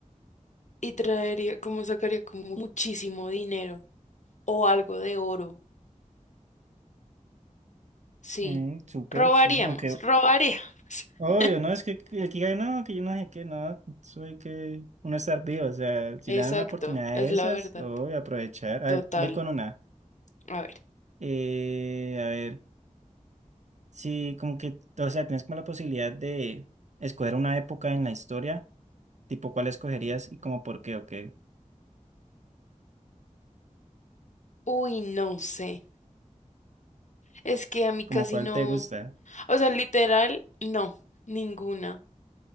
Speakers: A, on the left; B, on the right.
A: y traería, como sacaría como muchísimo dinero o algo de oro. Sí.
B: Mm, súper,
A: Robaríamos,
B: sí. Aunque,
A: robaríamos. <laughs>
B: Obvio, no, es que que el que hay, no, que yo no sé qué, no, soy que uno estar vivo, o sea, si
A: Exacto,
B: le dan una oportunidad de
A: es la
B: esas,
A: verdad.
B: obvio aprovechar. A
A: Total.
B: ver, voy con una.
A: A ver.
B: Eh, a ver, sí, como que, o sea, tienes como la posibilidad de escoger una época en la historia, tipo cuál escogerías y como por qué, ok.
A: Uy, no sé. Es que a mí casi
B: ¿Como cuál
A: no.
B: te gusta?
A: O sea, literal, no. Ninguna.